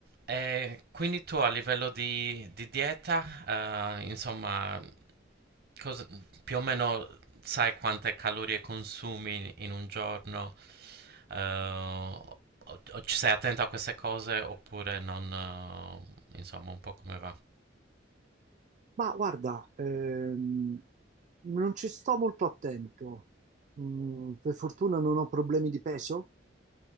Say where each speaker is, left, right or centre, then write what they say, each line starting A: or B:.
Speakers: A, on the right; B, on the right.
A: E quindi tu a livello di, di dieta, eh, insomma, cosa- più o meno sai quante calorie consumi in un giorno? Eh, o, o ci sei attento a queste cose oppure non, eh, insomma, un po' come va?
B: Ma guarda, ehm, non ci sto molto attento. Mm, per fortuna non ho problemi di peso,